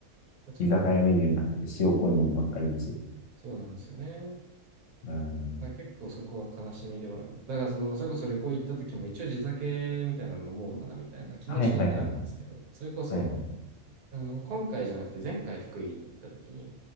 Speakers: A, on the right; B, on the left.
A: ちょっと、
B: 居酒屋メニューなんて塩濃いもんばっかりだし。
A: そうなんですよね。
B: うん。
A: まあ、結構そこは悲しみではあるんです。だからその、それこそ旅行行った時も一応地酒みたいなの飲もうかなみたいな気持ちにはなるんですけど、
B: はいはいはいはい。
A: それこそ、
B: はいはい。
A: あの、今回じゃなくて前回福井に行った時に、